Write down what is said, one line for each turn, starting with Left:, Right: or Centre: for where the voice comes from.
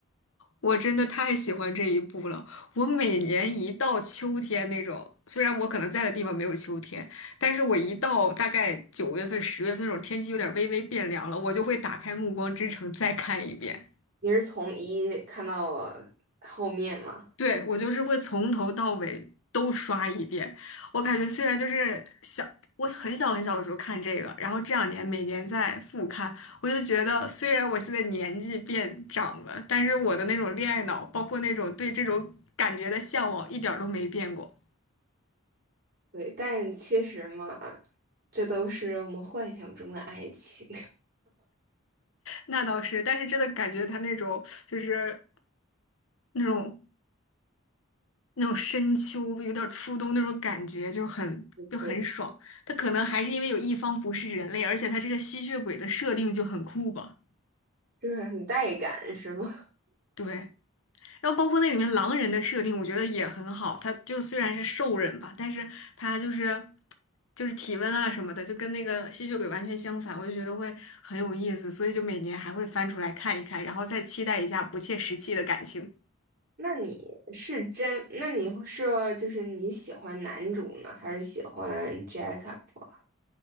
Left: 我真的太喜欢这一部了。我每年一到秋天那种，虽然我可能在的地方没有秋天，但是我一到大概九月份、十月份那种天气有点微微变凉了，我就会打开《暮光之城》再看一遍。
Right: 你是从一看到后面嘛？
Left: 对，我就是会从头到尾都刷一遍。我感觉虽然就是小，我很小很小的时候看这个，然后这两年每年在复看，我就觉得虽然我现在年纪变长了，但是我的那种恋爱脑，包括那种对这种感觉的向往，一点儿都没变过。
Right: 对，但其实嘛，这都是我们幻想中的爱情，
Left: 那倒是，但是真的感觉他那种就是那种。那种深秋，有点儿初冬那种感觉，就很就很爽。
Right: <laughs> 对，
Left: 它可能还是因为有一方不是人类，而且它这个吸血鬼的设定就很酷吧？
Right: 就是很带感，是吗？
Left: 对，然后包括那里面狼人的设定，我觉得也很好。他就虽然是兽人吧，但是他就是就是体温啊什么的，就跟那个吸血鬼完全相反，我就觉得会很有意思，所以就每年还会翻出来看一看，然后再期待一下不切实际的感情。
Right: <laughs> 那你是真？那你是就是你喜欢男主呢，还是喜欢 Jacob？啊